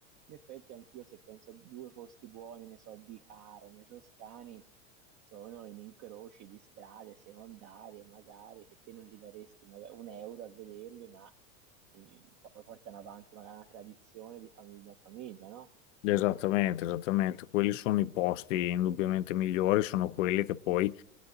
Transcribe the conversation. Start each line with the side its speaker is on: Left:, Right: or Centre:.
Right: In effetti anch'io se penso a due posti buoni, ne so, di carne, toscani, sono in incroci di strade secondarie, magari, che te non li daresti magari un euro a vederli, ma... E poi portano avanti magari una tradizione di famiglia in famiglia, no?
Left: Esattamente, esattamente. Quelli sono i posti indubbiamente migliori, sono quelli che poi